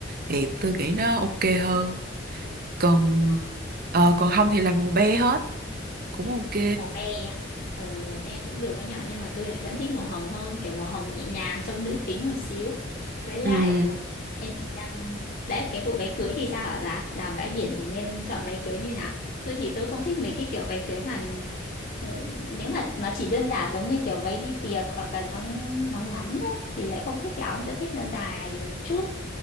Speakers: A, on the right; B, on the left.
A: thì tôi nghĩ nó ok hơn còn
B: Ờ.
A: ờ, còn không thì làm màu be hết cũng ok
B: màu be á. Ồ, màu be cũng được với nhỏ nhưng mà tôi lại vẫn thích màu hồng hơn kiểu màu hồng nhẹ nhàng trông nữ tính một xíu với lại
A: ừ
B: ờ, em đang đấy cái vụ váy cưới thì sao hả bà làm bãi biển thì nên chọn váy cưới như nào tôi thì tôi không thích mấy cái kiểu váy cưới mà ờ, nếu mà nó chỉ đơn giản giống như kiểu váy đi tiệc hoặc là nó nó ngắn đấy thì lại không thích lắm tôi thích nó dài một chút